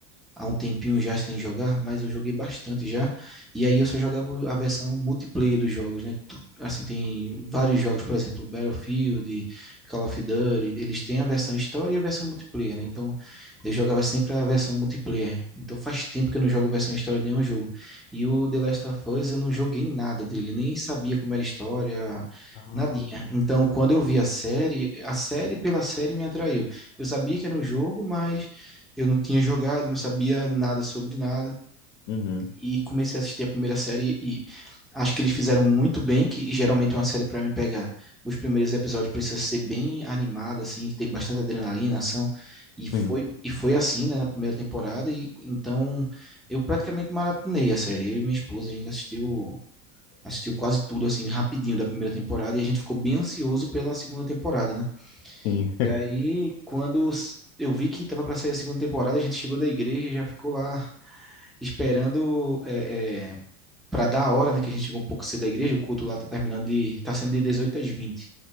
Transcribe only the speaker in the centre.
há um tempinho já sem jogar, mas eu joguei bastante já. E aí eu só jogava a versão multiplayer dos jogos, né? Assim, tem vários jogos, por exemplo, Battlefield, Call of Duty, eles têm a versão história e a versão multiplayer, né? Então eu jogava sempre a versão multiplayer. Então faz tempo que eu não jogo versão história de nenhum jogo. E o The Last of Us eu não joguei nada dele, nem sabia como era a história.
Nadinha. Então, quando eu vi a série, a série pela série me atraiu. Eu sabia que era um jogo, mas eu não tinha jogado, não sabia nada sobre nada.
E comecei a assistir a primeira série e acho que eles fizeram muito bem, que geralmente é uma série pra me pegar. Os primeiros episódios precisam ser bem animada assim, que tem bastante adrenalina, ação. E foi,
e foi assim, né, na primeira temporada. E, então eu praticamente maratonei a série. Eu e minha esposa, a gente assistiu, assistiu quase tudo, assim, rapidinho da primeira temporada. E a gente ficou bem ansioso pela segunda temporada, né?
E aí, quando eu vi que tava para sair a segunda temporada, a gente chegou da igreja e já ficou lá esperando é, é, para dar a hora, né? Que a gente chegou um pouco cedo da igreja, o culto lá tá terminando de, tá sendo de 18 às vinte